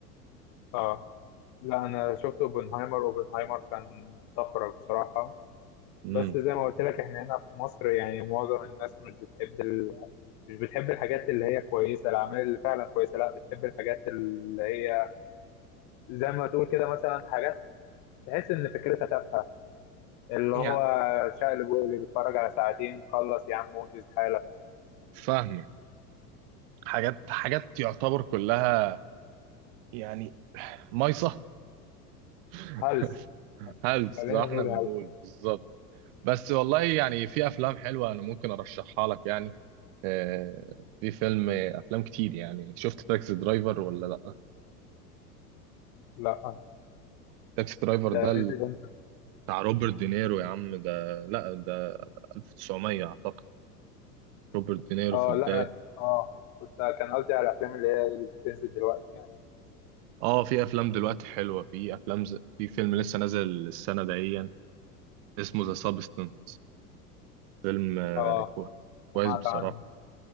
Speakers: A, on the left; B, on the right.
A: اه لا انا شفت اوبنهايمر اوبنهايمر كان طفره بصراحه
B: امم
A: بس زي ما قلت لك احنا هنا في مصر يعني معظم الناس مش بتحب ال... مش بتحب الحاجات اللي هي كويسه الاعمال اللي فعلا كويسه لا بتحب الحاجات اللي هي زي ما تقول كده مثلا حاجات تحس ان فكرتها تافهه اللي
B: يعني
A: هو شقلب وقلب بيتفرج على ساعتين خلص يا عم وانجز حالك
B: فاهمك حاجات حاجات يعتبر كلها يعني مايصه <laughs>
A: هلس
B: هلس
A: خلينا
B: زي ما احنا
A: نقول
B: بنقول
A: هلس
B: بالظبط بس والله يعني في افلام حلوه انا ممكن ارشحها لك يعني آه، في فيلم افلام كتير يعني شفت تاكسي درايفر ولا لا
A: لا
B: تاكسي درايفر ده
A: ده نزل امتى
B: بتاع روبرت دينيرو يا عم ده لا ده 1900 اعتقد روبرت دينيرو
A: اه
B: في البداية
A: لا انا كنت اه كنت كان قصدي على الافلام اللي هي اللي بتنزل دلوقتي يعني
B: اه في افلام دلوقتي حلوة في افلام ز... في فيلم لسه نازل السنة دهيا اسمه ذا سابستنت فيلم آه،
A: اه
B: كو-
A: سمعت
B: كويس بصراحة
A: عنه